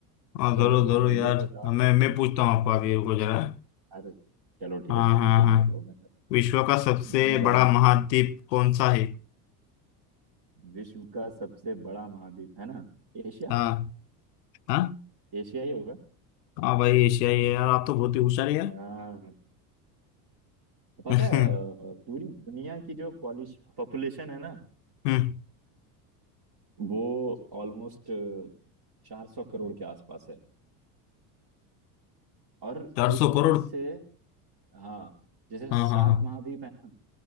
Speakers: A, on the left; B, on the right.
A: हाँ
B: तो
A: जरूर जरूर
B: ये
A: यार
B: बताओ
A: मैं मैं पूछता हूँ आपको अभी रुको जरा
B: अरे चलो ठीक
A: हाँ
B: है तुम
A: हाँ
B: तुम
A: हाँ
B: कर लो मैं
A: विश्व का सबसे
B: <laughs> मैं बाद
A: बड़ा
B: में
A: महाद्वीप
B: पूछूंगा
A: कौन सा है
B: विश्व का सबसे बड़ा महाद्वीप है ना एशिया
A: हाँ हाँ
B: एशिया ही होगा
A: हाँ भाई एशिया ही है यार आप तो बहुत ही होशियार है यार
B: हाँ पता
A: <laughs>
B: है अ, पूरी दुनिया की जो पॉलिश पॉपुलेशन है ना
A: हम्म
B: वो ऑलमोस्ट चार सौ करोड़ के आसपास है और
A: चार
B: उसमें
A: सौ करोड़
B: से हाँ जैसे
A: हाँ
B: सात
A: हाँ हाँ
B: महाद्वीप है ना